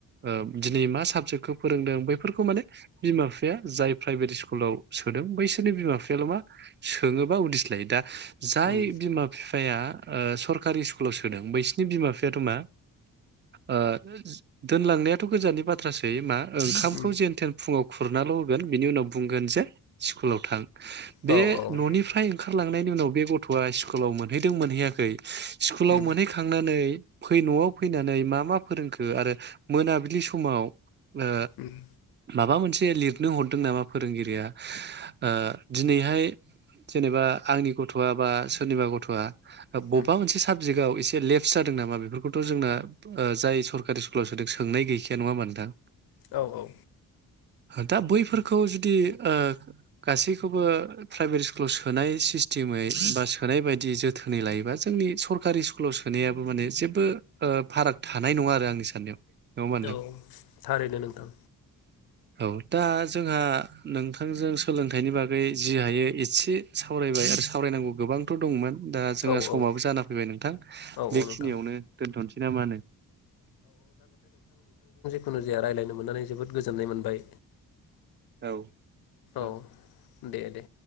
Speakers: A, on the right (about 30°); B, on the left (about 70°).
A: ओ दिनै मा साबजेक्टखौ फोरोंदों बैफोरखौ माने बिमा बिफाया जाय प्राइभेट स्कुलाव सोदों बैसोरनि बिमा बिफायाल' मा सोङोबा उदिस लायो दा जाय
B: उम
A: बिमा फिफाया ओ सरकारि स्कुलाव सोदों बैसिनि बिमा बिफायाथ' मा ओ दोनलांनायाथ' गोजाननि बाथ्रासै मा ओंखामखौ
B: उम
A: जेन थेन फुङाव खुरनाल' होगोन बिनि उनाव बुंगोन जे स्कुलाव थां बे
B: औ औ
A: न'निफ्राय ओंखारलांनाय नि उनाव बे गथ'आ स्कुलाव मोनहैदों मोनहैयाखै स्कुलाव
B: उम
A: मोनहैखांनानै फै न'आव फैनानै मा मा फोरोंखो आरो मोनाबिलि समाव ओ
B: उम
A: माबा मोन से लिरनो हरदों नामा फोरोंगिरिया ओ दिनैहाय जेनेबा आंनि ग थ'वा बा सोरनिबा गथ'आ बबेबा
B: उम
A: मोनसे साबजेक्टआव एसे लेप्स जादों नामा बेफोरखौथ' जोंना जाय सरकारि स्कुलाव सोदों सोंनाय गैखाया नङा होमबा नोंथां
B: औ औ
A: दा बैफोरखौ जुदि ओ गासैखौबो प्राइभेट स्कुलाव सोनाय सि टिमै बा सोनाय बायदि जोथोनै लायोबा जोंनि सरकारि स्कुलाव सोनायाबो माने जेबो ओ फाराग थानाय नङा आरो आंनि साननायाव नङा होमबा नोंथां
B: औ थारैनो नोंथां
A: औ दा जोंहा नोंथांजों सोलोंथाइनि बागै जि हायो एसे सावरायबाय आरो सावरायनांगौ गोबांथ' दंमोन दा जोंहा
B: औ
A: समाबो
B: औ
A: जाना फैबाय नोंथां
B: औ
A: बेखिनियावनो
B: औ नोंथां
A: दोनथ'सै ना मा होनो
B: जिखुनुजाया रायलायनो मोननानै जोबोद गोजोननाय मोनबाय
A: औ ओ
B: औ दे दे